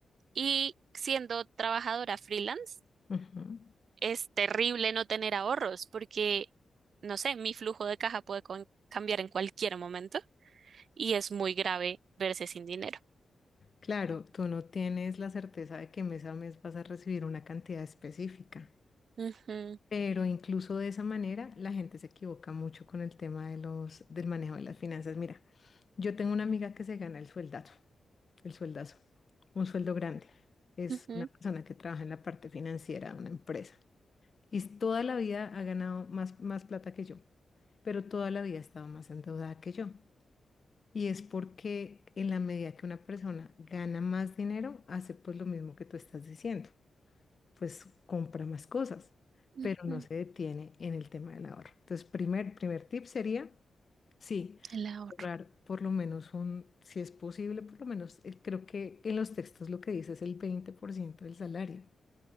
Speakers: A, on the right (about 65°); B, on the left (about 40°).
A: y siendo trabajadora freelance,
B: ujú.
A: es terrible no tener ahorros porque, no sé, mi flujo de caja puede con- cambiar en cualquier momento y es muy grave verse sin dinero.
B: Claro, tú no tienes la certeza de que mes a mes vas a recibir una cantidad específica.
A: Ujú,
B: Pero incluso de esa manera, la gente se equivoca mucho con el tema de los, del manejo de las finanzas. Mira, yo tengo una amiga que se gana el sueldazo, el sueldazo, un sueldo grande. Es
A: ujú,
B: una persona que trabaja en la parte financiera de una empresa y toda la vida ha ganado más, más plata que yo, pero toda la vida ha estado más endeudada que yo. Y es porque en la medida que una persona gana más dinero, hace pues lo mismo que tú estás diciendo pues compra más cosas,
A: ujú,
B: pero no se detiene en el tema del ahorro. Entonces, primer, primer tip sería, sí,
A: El ahorro.
B: ahorrar por lo menos un, si es posible, por lo menos, eh, creo que en los textos lo que dice es el 20% del salario.